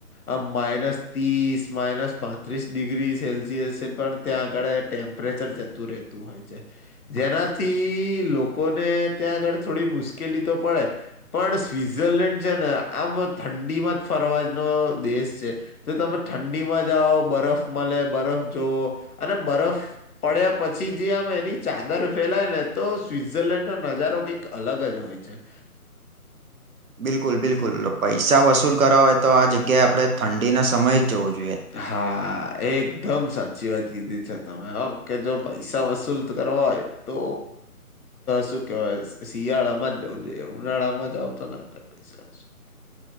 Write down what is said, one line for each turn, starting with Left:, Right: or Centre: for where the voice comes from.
Left: આ માઇનસ ત્રીસ માઇનસ પાંત્રીસ ડિગ્રી સેલ્સિયસ છે પણ ત્યાં આગળ ટેમ્પ રેચર જતું રહેતું હોય છે જેનાથી લોકોને ત્યાં આગળ થોડી મુશ્ક કીલી તો પડે પણ સ્વઝરલેન્ડ છે ને આમ ઠંડીમાં જ ફરવાનો દે શ છે જો તમે ઠંડીમાં જાઓ બરફ મળે બરફ જવ અને બરફ પડ્યા પછી જે આમ એની ચાદર ફેલાય ને તો સ્વટઝરલેન્ડ નો નજારો કંઈક અલગ જ હોય. હોય છે.
Right: બિલકુલ બિલકુલ પૈસા વસુલ કરવા હોય તો આ જગ્યાએ આપણે ઠંડીના સમય જ જવું જોએ.
Left: હા. એકદમ સાચી વાત કીધી છે તમે કે જો પૈસા વસૂલ કરવા હોય તો શું કેવાય શિયાળામાં જ જવું જોઈએ ઉનાળામાં જ આવતા ન થતા પૈસા વસુલ